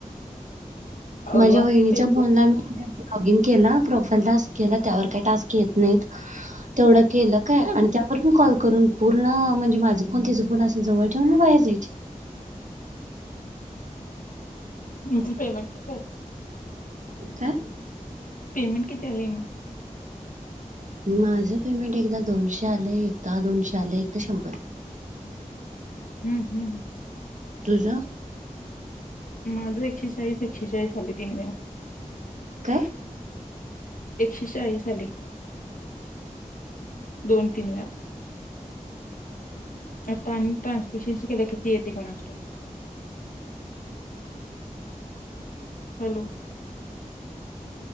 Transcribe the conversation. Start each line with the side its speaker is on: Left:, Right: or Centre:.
Left: अव्वा
Right: माझ्या वहिणीच्या
Left: पेमेंट
Right: फोनला मी लॉगिन केल प्रोफाईल टास्क केला त्यावर काय टास्क येत नाहीत तेवढं केलं काय आनी र मी कॉल करून पूर्ण म्हणजे माझा फोन तिचा फोन असं जवळ ठेवून मी बाहेर जायची.
Left: रिकामा ऑडिओ तुमचं पेमेंट किती आलं?
Right: काय?
Left: पेमेंट किती आलं म?
Right: माझं पेमेंट एकदा दोनशे आले एकदा दोनशे आले एकदा शंभर.
Left: हम्म हम्म.
Right: तुझं
Left: माझं एकशेचाळीस एकशेचाळीस आले तीन वेळा.
Right: काय?
Left: एकशे चाळीस आले. दोन तीन वेळा. आता आणि ट्रान्सपिशन्सीकेलेय किती येते कोणास ठाऊक? हॅलो.